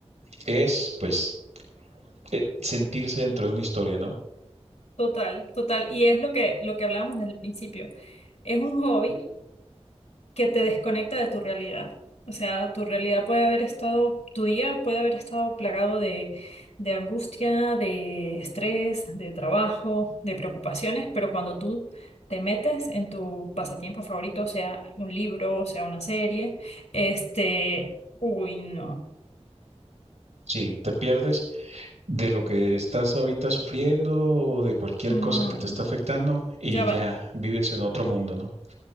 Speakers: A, on the right; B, on the left.
A: es, pues, eh, sentirse dentro de una historia, ¿no?
B: Total, total. Y es lo que, lo que hablábamos desde el principio. es un hobby que te desconecta de tu realidad. O sea, tu realidad puede haber estado, tu día puede haber estado plagado de, de angustia, de estrés, de trabajo, de preocupaciones, pero cuando tú te metes en tu pasatiempo favorito, sea un libro, sea una serie, este, uy, no,
A: Sí, te pierdes de lo que estás ahorita sufriendo o de cualquier
B: no,
A: cosa que te
B: no,
A: está afectando y
B: ya va,
A: ya vives en otro mundo, ¿no?